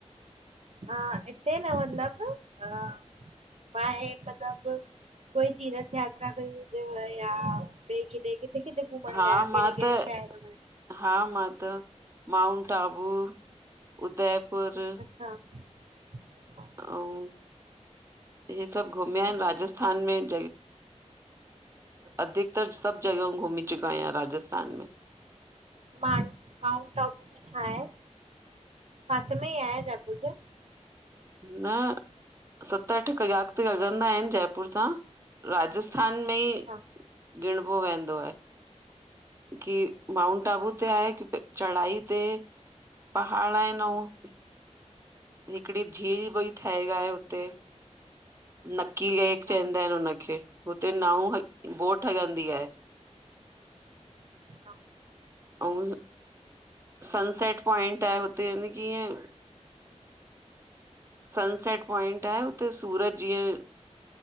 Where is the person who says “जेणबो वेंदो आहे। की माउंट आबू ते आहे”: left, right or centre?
Right